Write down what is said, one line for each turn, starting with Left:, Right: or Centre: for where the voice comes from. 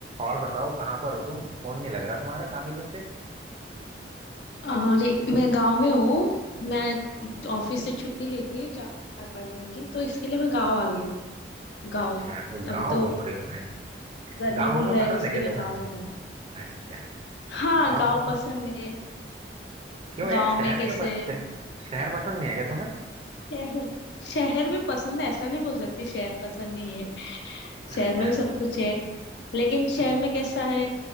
Right: और बताओ कहाँ पर हो तुम फोन नहीं लग रहा तुम्हारा काफी दिन से
Left: अरे मैं गांव में हूँ मैं ऑफिस से छुट्टी लेती है चार चार पांच दिन की तो इसके लिए मैं गांव आ गई गांव
Right: अच्छा तो
Left: अभी
Right: गांव
Left: तो
Right: घूम रहे हो हैं
Left: गर्मी
Right: गांव घूमना
Left: भी है
Right: पसंद
Left: इसके
Right: है क्या
Left: लिए
Right: तुम्हें
Left: गांव में आ-
Right: अच्छा
Left: हाँ
Right: गांव
Left: गांव
Right: घूमना
Left: पसंद है
Right: क्यों
Left: गांव
Right: यार शहर
Left: में कैसे
Right: क्यों पस... शहर पसंद नहीं है क्या तुम्हें
Left: शहर शहर भी पसंद है ऐसा नहीं बोल सकती शहर पसंद नहीं है शहर
Right: अच्छा
Left: में भी सब कुछ है लेकिन शहर
Right: हम्म,
Left: में कैसा है